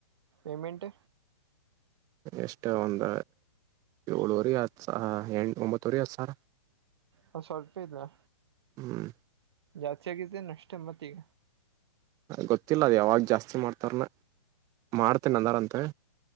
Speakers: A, on the right (about 55°); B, on the right (about 20°).
A: ಪೇಮೆಂಟ್
B: ಎಷ್ಟ ಒಂದ ಏಳುವರಿ ಆತ್ತು ಆ ಎಂಟು ಒಂಬತ್ತುವರಿ ಅ ಸರ
A: ಹ ಸ್ವಲ್ಪ ಇದ್ನ
B: ಹ್ಮ್
A: ಜಾಸ್ತಿ ಆಗಿದ್ದೆ ಅಷ್ಟೆ ಮತ್ತ ಈಗ
B: ಗೊತ್ತಿಲ್ಲ ಅದು ಯಾವಾಗ ಜಾಸ್ತಿ ಮಾಡ್ತಾರನ ಮಾಡ್ತೇನೆ ಅಂದಾರಂತೆ